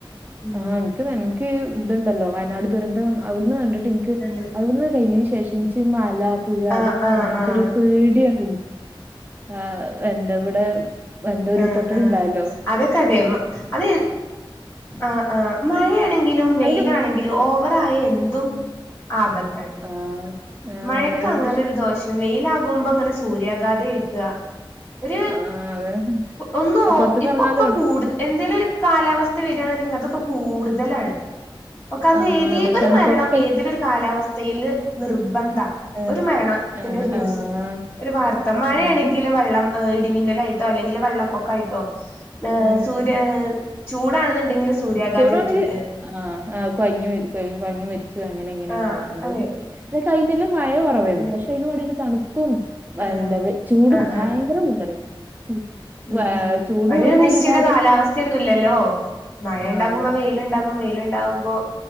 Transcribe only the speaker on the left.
ഉം
അങ്ങനെ
ആഹ്
ആഹ്
ആഹ്
ആഹ് ആഹ് അതൊക്കെ അതെ അത് ആഹ് മഴയാണെങ്കിലും വെയിലാണെങ്കിലും
ഓവറായി എന്തും ആപത്താണ്
മഴക്കങ്ങനൊര്
ദോഷം വെയിലാകുമ്പോങ്ങനെ സൂര്യാഘാതേൽക്കാ ഒര്
ഒന്നോ
ഇപ്പൊക്കെ
<unintelligible> എന്തേലൊരു കാലാ അവസ്ഥ വരാണെന്ന്ണ്ടെങ്കി അതൊക്കെ കൂടുതലാണ് <unintelligible>
ഏതീ
ഒരു
മരണം ഏതീലൊരു കാലാവസ് വെയില് നിർ
ഒരു മരണത്തിന്റെ
ഒരു ന്യൂസ്,
ഒരു വാർത്ത മഴയാണെങ്കിൽ
വെള്ളം ഇടിമിന്നലായിട്ടോ, അല്ലെങ്കിൽ വെള്ളപ്പൊക്കായിട്ടോ ആ
സൂര്യ ചൂടാണെന്നുണ്ടെങ്കിൽ സൂര്യാഘാതം
ഏറ്റിട്ട്
ആഹ്
അതെ
ആഹ്
ആഹ്
ആഹ്
ആഹ്
ഉം ഉം
അതിനൊരു
നിശ്ചിത
കാലാവസ്ഥെന്നും ഇല്ലല്ലോ. മഴയണ്ടാകുമ്പോ
വെയില്ണ്ടാകും വെയില് ഉണ്ടാവുമ്പോ